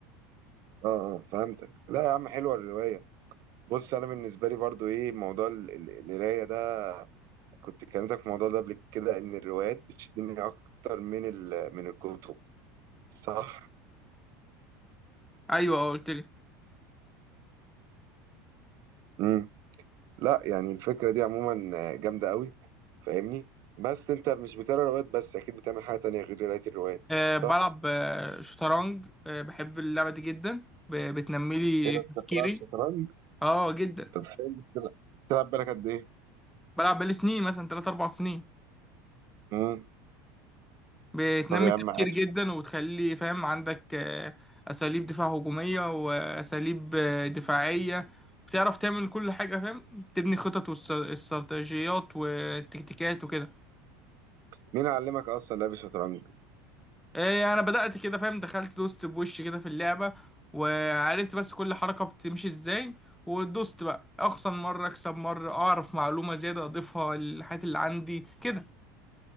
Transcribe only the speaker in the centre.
أيوه آه، قلت لي
أه
بلعب آه، شطرنج أه بحب اللعبة دي جدا ب- بتنمي لي
تفكيري
اه جدا
بلعب بقالي سنين مثلا 3 4 سنين
بتنمي
التفكير
جدا وتخلي فاهم عندك آه، أساليب دفاع هجومية وأساليب آه، دفاعية بتعرف تعمل كل حاجة فاهم تبني خطط واستراتيجيات وتكتيكات وكده
إيه، انا بدأت كده فاهم دخلت دوست بوش كده في اللعبة وعرفت بس كل حركة بتمشي ازاي ودوست بقى اخسر مرة اكسب مرة اعرف معلومة زيادة اضيفها للحاجات اللي عندي كده